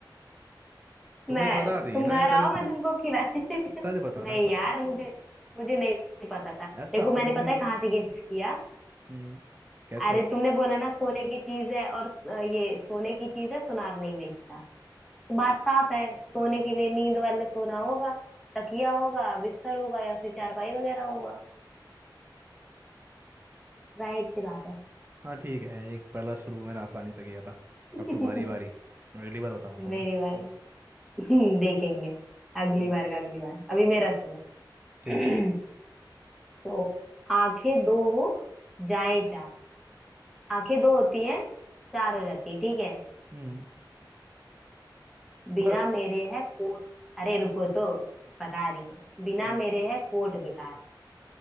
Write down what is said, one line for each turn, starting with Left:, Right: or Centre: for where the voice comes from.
Right: तुम्हें
Centre: मैं
Right: पता थी
Centre: तुम
Right: ना
Centre: घर
Right: ये
Centre: आओ
Right: पहले से
Centre: मैं तुमको खिला <laughs>
Right: सच बताना
Centre: नहीं
Right: पता
Centre: यार मुझे मुझे नहीं पता था देखो
Right: ऐसा
Centre: मैंने
Right: हो
Centre: पता
Right: ही नहीं
Centre: है कहाँ
Right: सकता
Centre: से गेस किया
Right: हम्म कैसे
Centre: अरे तुमने बोला ना सोने की चीज है और अ, ये सोने की चीज है सुनार नहीं बेचता तो बात साफ है सोने के लिए नींद वाले सोना होगा तकिया होगा बिस्तर होगा या फिर चारपाई वगैरह होगा जाहिर सी बात है
Right: हाँ ठीक है एक पहला शुरू मैंने आसानी से किया था
Centre: <laughs>
Right: अब तुम्हारी बारी अगली बार बताऊंगा
Centre: मेरी
Right: तुम्हें
Centre: बारी <laughs> देखेंगे अगली
Right: हम्म,
Centre: बार का अगली बार अभी मेरा सुनो
Right: ठीक
Centre: <clears throat>
Right: है
Centre: तो आंखें दो हो जाए चार आंखें दो होती हैं चार हो जाती है ठीक है
Right: हम्म
Centre: बिना
Right: बस
Centre: मेरे है कोट अरे रुको तो बता रही हूँ बिना
Right: हम्म।
Centre: मेरे है कोट बेकार